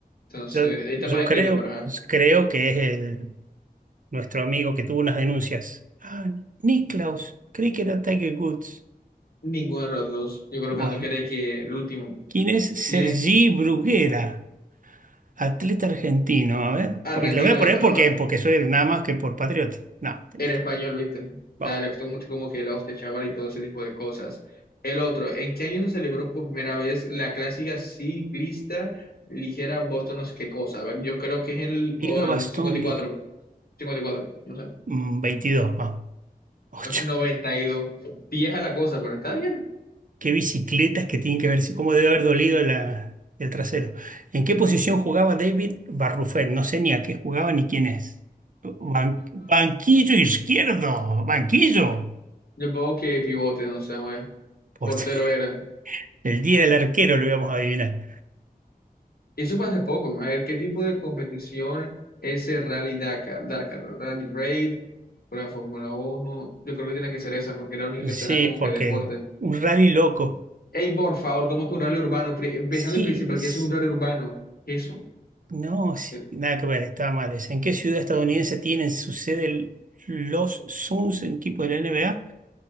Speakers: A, on the left (about 75°); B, on the right (about 60°).
A: Entonces,
B: yo,
A: ahí está
B: yo
A: mal escrito,
B: creo,
A: pero ajá.
B: creo que es el nuestro amigo que tuvo unas denuncias. Ah, Niklaus, creí que era Tiger Woods.
A: Ninguno de los dos. Yo colocando
B: Bueno,
A: que no que el último.
B: ¿quién es Sergi
A: ¿Quién?
B: Bruguera? Atleta argentino, a ver.
A: Argentino
B: porque- lo voy a
A: es.
B: poner
A: ah,
B: porque,
A: ah,
B: porque soy nada más que por patriota. No, listo.
A: Era español, ¿viste? O
B: Va.
A: sea, le gustó mucho como que el hostia chaval y todo ese tipo de cosas. El otro, ¿en qué año se celebró por primera vez la clásica ciclista ligera Boston no sé qué cosa? A ver, yo creo que es el,
B: Liga
A: o
B: Bastón
A: el 54,
B: Liga.
A: 54, no sé,
B: Mm, 22, vamos. 8.
A: 92. Vieja la cosa, pero está bien.
B: qué bicicletas que tienen que ver, si, cómo debe haber dolido la- el trasero. ¿En qué posición jugaba David Barrufet? No sé ni a qué jugaba ni quién es. Ban- banquillo izquierdo, banquillo.
A: Yo pongo que pivote, no sé, vamos a ver.
B: Por
A: Portero
B: <laughs>
A: era.
B: el día del arquero lo íbamos a adivinar.
A: Eso fue hace poco. ¿no? A ver, ¿qué tipo de competición es el Rally Dakar? Dakar, Rally Raid, la Fórmula Uno Yo creo que tiene que ser esa porque es la única que
B: Sí,
A: suena como
B: porque
A: que deporte.
B: un rally loco.
A: Ey, por favor, ¿cómo que un rally urbano? Pri- Empezando
B: Sí,
A: en principal,
B: es-
A: ¿qué es un rally urbano? ¿Qué es Eso.
B: no, sí,
A: Eh,
B: nada que ver, estaba mal esa. ¿En qué ciudad estadounidense tienen su sede el- los Suns, el equipo de la NBA?